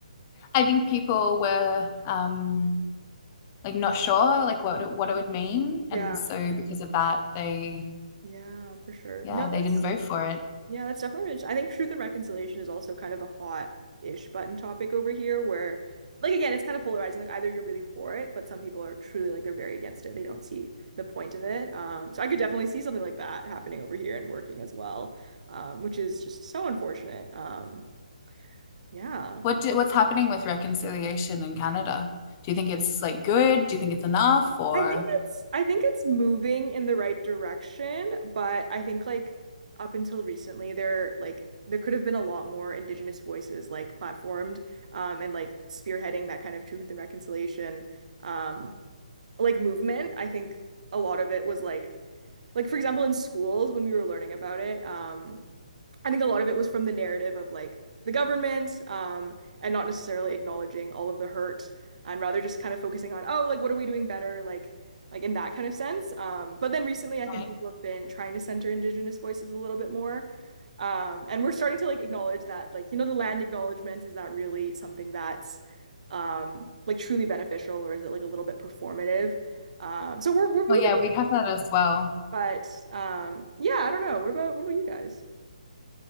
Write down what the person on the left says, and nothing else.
I think people were um, like not sure like what
it, what it would mean,
and so because of that, they
yeah
they
didn't vote for it.
What do, what's happening with reconciliation in Canada? Do you think it's like good? Do you think it's enough? Or
right?
Well, yeah, we have that as well.